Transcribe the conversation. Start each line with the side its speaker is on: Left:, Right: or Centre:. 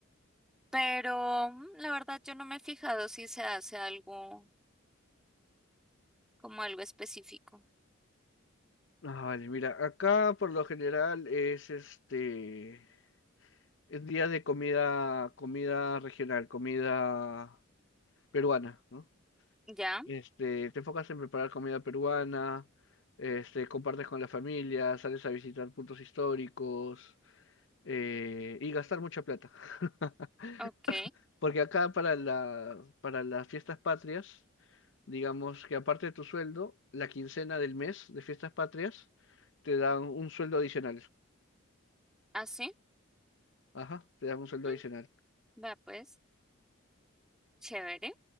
Centre: pero mm, la verdad yo no me he fijado si se hace algo como algo específico.
Left: Ah, vale, mira, acá por lo general es este, es día de comida, comida regional, comida peruana, ¿no?
Centre: Ya,
Left: Este, te enfocas en preparar comida peruana, este, compartes con la familia, sales a visitar puntos históricos, eh, y gastar mucha plata. <laughs>
Centre: ok,
Left: Porque acá para la, para las fiestas patrias, digamos que aparte de tu sueldo, la quincena del mes de fiestas patrias te dan un sueldo adicional.
Centre: así.
Left: Ajá, te dan un sueldo
Centre: Mm,
Left: adicional.
Centre: vea pues, chévere.